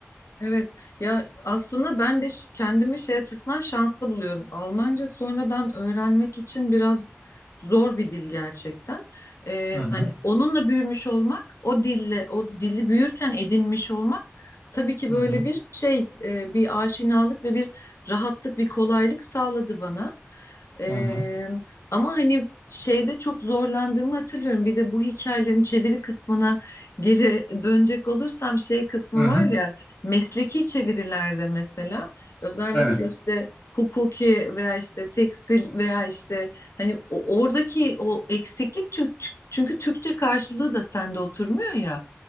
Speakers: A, on the left (about 75°); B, on the left (about 35°).
A: Evet ya aslında ben de ş- kendimi şey açısından şanslı buluyorum. Almanca sonradan öğrenmek için biraz zor bir dil gerçekten. Ee,
B: Hı hı,
A: hani onunla büyümüş olmak, o dille, o dili büyürken edinmiş olmak tabii ki böyle
B: hı hı,
A: bir şey, e, bir aşinalık ve bir rahatlık, bir kolaylık sağladı bana. Ee,
B: hı hı,
A: ama hani şeyde çok zorlandığımı hatırlıyorum. Bir de bu hikayelerin çeviri kısmına geri <laughs> dönecek olursam şey kısmı
B: hı hı.
A: var ya. Mesleki çevirilerde mesela özellikle
B: Evet.
A: işte hukuki veya işte tekstil veya işte hani o- oradaki o eksiklik çünkü çünkü Türkçe karşılığı da sende oturmuyor ya.